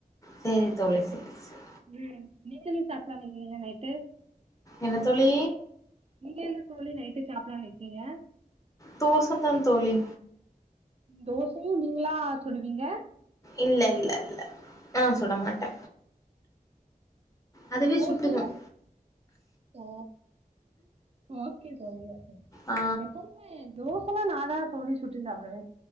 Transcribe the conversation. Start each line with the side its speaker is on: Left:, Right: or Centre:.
Left: சேரி தோழி சேரி சேரி
Right: ம் நீங்க என்ன சாப்டலா இருங்கீங்க நைட்டு
Left: என்ன தோழி
Right: நீங்க என்ன தோழி நைட்டு சாப்டலாம்னு இருக்கீங்க
Left: தோச தா தோழி
Right: தோசயும் நீங்களா சுடுவீங்க
Left: இல்ல இல்ல இல்ல ஆ சுட மாட்ட அதுவே
Right: தோசையு
Left: சுட்டுக்கும்
Right: ஓ ஓகே தோழி ஓகே
Left: ஆ
Right: எப்பமே தோசலா நா தா தோழி சுட்டு சாப்டுவ